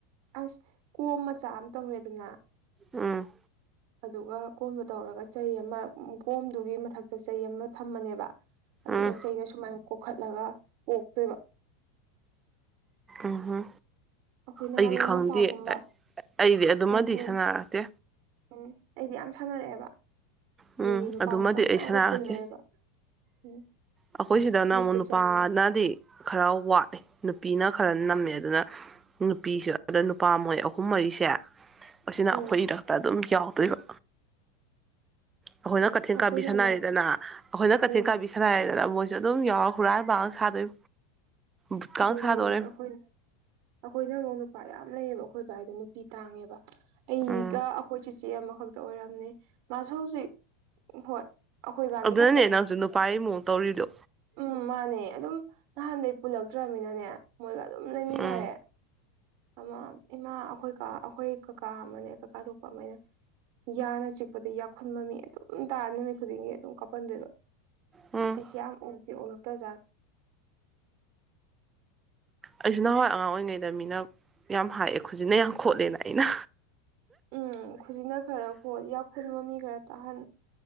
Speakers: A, on the right (about 50°); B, on the right (about 20°).
A: ꯑꯁ ꯀꯣꯝ ꯃꯆꯥ ꯑꯃ ꯇꯧꯔ꯭ꯔꯦꯗꯅ
B: ꯎꯝ
A: ꯑꯗꯨꯒ ꯀꯣꯝꯕ ꯇꯧꯔꯒ ꯆꯩ ꯑꯃ ꯀꯣꯝꯗꯨꯒꯤ ꯃꯊꯛꯇ ꯆꯩ ꯑꯃ ꯊꯝꯃꯅꯦꯕ ꯑꯗꯨꯒ
B: ꯎꯝ
A: ꯆꯩꯅ ꯁꯨꯃꯥꯏꯅ ꯀꯣꯛꯈꯠꯂꯒ ꯑꯣꯇꯣꯏꯕ
B: ꯑꯍ
A: ꯑꯩꯈꯣꯏ ꯅꯍꯥꯟꯋꯥꯏ
B: ꯑꯩꯗꯤ ꯈꯪꯗꯦ
A: ꯂꯝꯄꯥꯛꯀꯨꯝꯕ
B: ꯑꯩꯗꯤ ꯑꯗꯨꯃꯗꯤ
A: ꯂꯥꯏꯀꯣꯜ
B: ꯁꯥꯟꯅꯔꯛꯇꯦ
A: ꯎꯝ ꯑꯩꯗꯤ ꯌꯥꯝ ꯁꯥꯟꯅꯔꯛꯑꯦꯕ
B: ꯎꯝ
A: ꯑꯩ ꯅꯨꯄꯥ
B: ꯑꯗꯨꯃꯗꯤ
A: ꯃꯆꯥ ꯃꯌꯥꯝꯒ
B: ꯑꯩ ꯁꯥꯟꯅꯔꯛꯇꯦ
A: ꯄꯨꯜꯂꯛꯑꯦꯕ ꯎꯝ
B: ꯑꯩꯈꯣꯏ ꯁꯤꯗꯅ
A: ꯃꯤꯠꯇ
B: ꯑꯃꯨꯛ ꯅꯨꯄꯥꯅꯗꯤ
A: ꯆꯪꯒꯦ
B: ꯈꯔ ꯋꯥꯠꯂꯤꯦ ꯅꯨꯄꯤꯅ ꯈꯔ ꯅꯝꯃꯦ ꯑꯗꯨꯅ ꯅꯨꯄꯤꯁꯨ ꯑꯗ ꯅꯨꯄꯥ ꯃꯣꯏ ꯑꯍꯨꯝ ꯃꯔꯤꯁꯦ ꯑꯁꯤꯅ ꯑꯩꯈꯣꯏ
A: ꯎꯝ
B: ꯏꯔꯛꯇ ꯑꯗꯨꯝ ꯌꯥꯎꯗꯣꯏꯕ ꯑꯩꯈꯣꯏꯅ ꯀꯩꯊꯦꯜ
A: ꯑꯩꯈꯣꯏꯅ
B: ꯀꯥꯕꯤ ꯁꯥꯟꯅꯔꯤꯦꯗꯅ
A: ꯑꯃꯨꯛ
B: ꯑꯩꯈꯣꯏꯅ ꯀꯩꯊꯦꯜ
A: ꯎꯝ
B: ꯀꯥꯕꯤ ꯁꯥꯟꯅꯔꯦꯗꯅ ꯃꯣꯏ ꯑꯗꯨꯝ ꯌꯥꯎꯔ ꯍꯨꯔꯥꯏ ꯄ ꯁꯥꯗꯣꯏ ꯕꯨꯠꯀ
A: ꯑꯗꯨꯅꯦ
B: ꯁꯥꯗꯣꯔꯦ
A: ꯑꯩꯈꯣꯏ ꯑꯩꯈꯣꯏ ꯅ ꯅꯨꯄꯥ ꯌꯥꯝ ꯂꯩꯌꯦꯕ ꯑꯩꯈꯣꯏ ꯑꯗꯨꯋꯥꯏꯗꯣ ꯅꯨꯄꯤ ꯇꯥꯡꯉꯦꯕ ꯑꯩꯒ
B: ꯎꯝ
A: ꯑꯩꯈꯣꯏ ꯆ ꯆꯦ ꯑꯃꯈꯛꯇ ꯑꯣꯏꯔꯝꯅꯤ ꯃꯥꯁꯨ ꯍꯧꯖꯤꯛ ꯍꯣꯏ ꯑꯩꯈꯣꯏꯕꯥꯅꯤ
B: ꯑꯗꯨꯅꯅꯦ
A: ꯈꯛꯇꯅꯦ
B: ꯅꯪꯁꯨ ꯅꯨꯄꯥꯒꯤ ꯃꯑꯣꯡ ꯇꯧꯔꯤꯗꯣ
A: ꯎꯝ ꯃꯥꯅꯦ ꯑꯗꯨꯝ ꯅꯍꯥꯟꯗꯥꯒꯤ ꯄꯨꯜꯂꯛꯇ꯭ꯔꯃꯤꯟꯅꯦ ꯃꯣꯏꯒ ꯑꯗꯨꯝ ꯂꯩꯃꯤꯟꯅꯔꯦ
B: ꯎꯝ
A: ꯑꯃꯥ ꯏꯃꯥ ꯑꯩꯈꯣꯏ ꯑꯩꯈꯣꯏ ꯀꯀꯥ ꯑꯃꯅꯦ ꯀꯀꯥ ꯊꯣꯛꯄ ꯑꯃꯅ ꯌꯥꯅ ꯆꯤꯛꯄꯗ ꯌꯥꯎꯈꯨꯟꯕ ꯃꯤ ꯑꯗꯨꯝ ꯇꯥꯔ ꯅꯨꯃꯤꯠ ꯈꯨꯗꯤꯡꯒꯤ ꯑꯗꯨꯝ ꯀꯥꯞꯍꯟꯗꯣꯏꯕ
B: ꯎꯝ
A: ꯑꯩꯁꯦ ꯌꯥꯝ ꯑꯣꯛꯀꯦ ꯑꯣꯂꯛꯇ꯭ꯔꯖꯥꯠ
B: ꯑꯩꯁꯨ ꯅꯍꯥꯟꯋꯥꯏ ꯑꯉꯥꯡ ꯑꯣꯏꯔꯤꯉꯩꯗ ꯃꯤꯅ ꯌꯥꯝ ꯍꯥꯏꯑꯦ ꯍꯧꯖꯤꯛꯅ ꯌꯥꯝ ꯈꯣꯠꯂꯦꯅ ꯑꯩꯅ
A: ꯎꯝ ꯈꯨꯖꯤꯅ ꯈꯔ ꯄꯣꯠ ꯌꯥꯎꯐꯨꯟ ꯃꯃꯤ ꯈꯔ ꯇꯥꯍꯟ